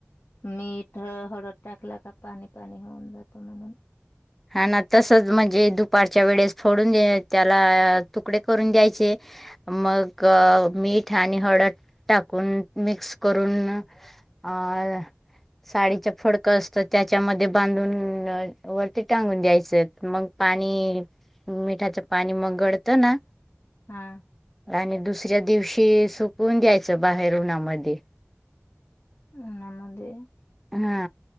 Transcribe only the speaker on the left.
मीठ अं हळद टाकला का पाणी पाणी होऊन जातो म्हणून
हा
आंगणामध्ये